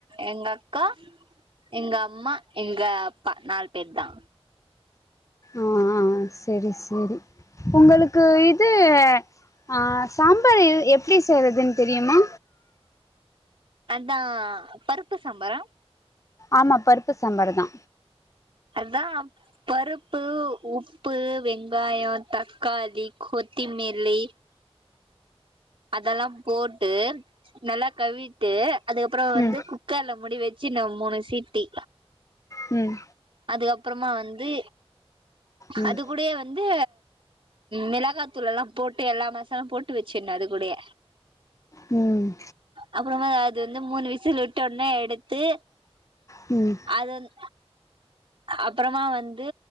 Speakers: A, on the right; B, on the left.
A: எங்கக்கா, எங்கம்மா, எங்கப்பா நால் பேர்தா
B: ஆ ஆ செரி செரி உங்களுக்கு இது ஆ சாம்பாரு எப்டி செய்யறதுன் தெரியுமா
A: அதா பருப்பு சாம்பாரா
B: ஆமா பருப்பு சாம்பாரு தா
A: அதா பருப்பு, உப்பு, வெங்காயோ, தக்காளி, கொத்திமில்லி அதல்லா போட்டு நல்லா கவீட்டு அதுக்கப்றோ வந்து
B: ம்
A: குக்கர்ல முடி வெச்சு ந மூணு சீட்டி
B: ம்
A: அதுக்கப்றமா வந்து
B: ம்
A: அது கூடயே வந்து மிளகாத்தூளல்லா போட்டு எல்லா மசாலவு போட்டு வச்சிணு அது கூடய
B: ம்
A: அப்புறமா அது வந்து மூணு விசில் உட்டொன்னே எடுத்து
B: ம்
A: அது வந் அப்புறமா வந்து